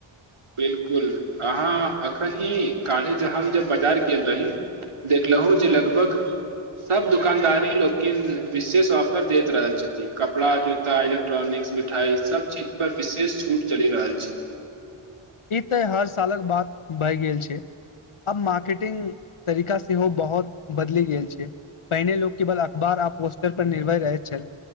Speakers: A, on the right; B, on the left.
A: बिलकुल अहाँ अखन ई काली जे हम जे बाजार गेल रही देखलहुं जे लगभग सब दुकानदारी लोकिन विशेष ऑफर देत रहल छथि कपड़ा जूता एलोक प्ट्रॉनिक्स मिठाई सब चीज पर विशेष छूट चलि रहल छै
B: ई ते हर सालक बात बहि गेल छै अब मार्केटिंग तरीका सेहो बहुत बदैल गेल छै पहिने लोक केवल अखबार आ पोस्टर पर निर्भर रहै छल